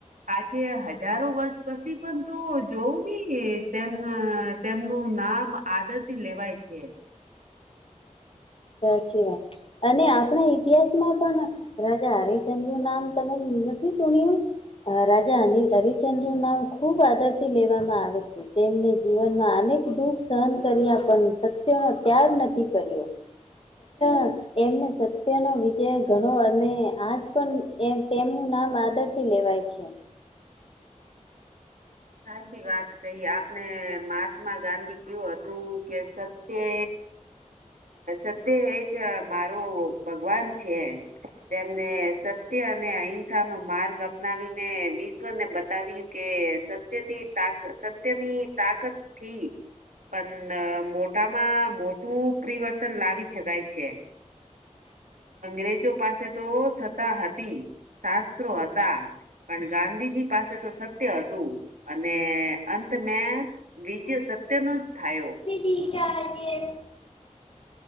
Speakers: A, on the right; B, on the left.
A: આજે હજારો વર્ષ પછી પણ તો જોવું નહી તેમ તેમનું નામ આદર થી લેવાય છે.
B: સાચી વાત અને આપણા ઇતિહાસમાં પણ રાજા હરિચંદ્ર નું નામ તમે નથી સુન્યું? અ રાજા હરિચંદ્ર નું નામ ખુબ આદરથી લેવામાં આવે છે. તેમને જીવનમાં અનેક દુઃખ સહન કર્યા પણ સત્યનો ત્યાગ નથી કર્યો. <unintelligible> એમને સત્યનો વિજય ગણો અને આજ પણ એ તેમનું નામ આદર થી લેવાય છે.
A: સાચી વાત કહી આપણે મહાત્મા ગાંધી કેવું હતું કે સત્ય અ સત્ય એજ મારો ભગવાન છે. તેમને સત્ય અને અહિંસા નો માર્ગ અપનાવીને વિશ શ્વને બતાવ્યું કે સત્યથી તાક સત્યની તાકત થી પણ મોટામાં મોટું પ્રિવર્તન લાવી શકાય છે. અંગ્રેજો પાસે તો સત્તા હતી શાસ્ત્રો હતા. પણ ગાંધીજી પાસે તો સત્ય હતું. અને અંત મેં વિજય <unintelligible> સત્ય નો જ થયો.
B: <unintelligible>